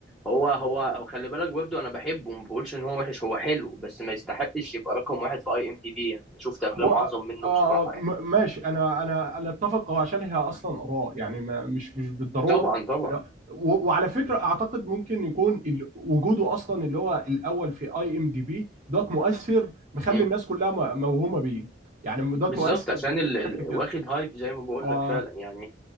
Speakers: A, in the centre; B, on the right.
A: هو هو هو خلي بالك برضو أنا بحبه ما بقولش إن هو وحش هو حلو بس ما يستحقش يبقى رقم واحد في أي إم دي بي يعني شفت أفلام
B: هو آه
A: أعظم منه
B: آه،
A: بصراحة يعني
B: م- ماشي انا انا انا اتفق هو عشان هي اصلا اراء يعني ما مش مش بالضروره
A: طبعا طبعا
B: لا و- وعلى فكره اعتقد ممكن يكون ال- وجوده اصلا اللي هو الاول في اي ام دي بي دوت مؤثر مخلي
A: مم.
B: الناس كلها م- موهومه بيه يعني دوت
A: بالظبط
B: مؤثر
A: عشان
B: بشكل
A: ال... ال...
B: كافي
A: واخد هايب زي ما بقول
B: اه
A: لك فعلا يعني